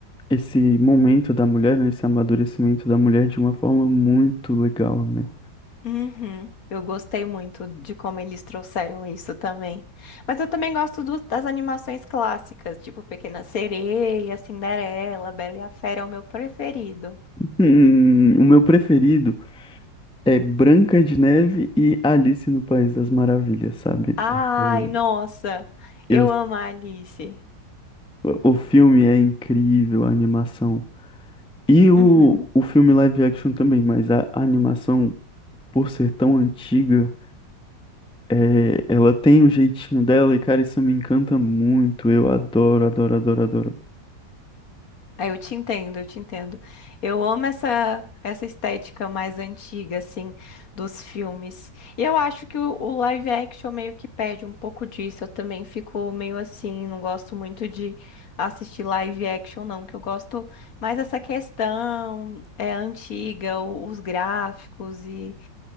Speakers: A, in the centre; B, on the left.
A: esse momento da mulher, né? Esse amadurecimento da mulher de uma forma muito legal, né?
B: Uhum. Eu gostei muito de como eles trouxeram isso também. Mas eu também gosto do- das animações clássicas, tipo Pequena Sereia, Cinderela, Bela e a Fera é o meu preferido.
A: Hum, o meu preferido é Branca de Neve e Alice no País das Maravilhas, sabe?
B: Ai,
A: Porque
B: nossa,
A: Eu
B: eu amo a Alice.
A: O filme é incrível, a animação. E o,
B: Uhum.
A: o filme live action também, mas a, a animação, por ser tão antiga, é, ela tem o jeitinho dela e, cara, isso me encanta muito. Eu adoro, adoro, adoro, adoro.
B: Ah, eu te entendo, eu te entendo. Eu amo essa essa estética mais antiga, assim, dos filmes. E eu acho que o, o live action meio que perde um pouco disso. Eu também fico meio assim, não gosto muito de assistir live action, não, que eu gosto mais dessa questão é antiga, o- os gráficos e